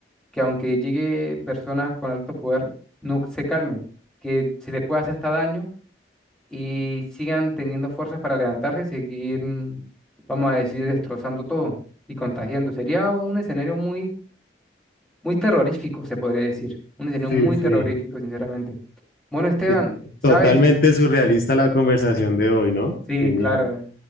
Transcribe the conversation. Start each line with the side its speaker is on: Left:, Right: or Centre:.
Centre: que aunque llegue personas con alto poder, no se calmen, que se les pueda hacer hasta daño y sigan teniendo fuerzas para levantarse y seguir, mm, vamos a decir, destrozando todo y contagiando. Sería un escenario muy, muy terrorífico, se podría decir. Un escenario
Left: sí,
Centre: muy
Left: sí.
Centre: terrorífico, sinceramente. Bueno, Esteban,
Left: Eh,
Centre: ¿sabes?
Left: Totalmente surrealista la conversación de hoy, ¿no?
Centre: Sí,
Left: Genial.
Centre: claro.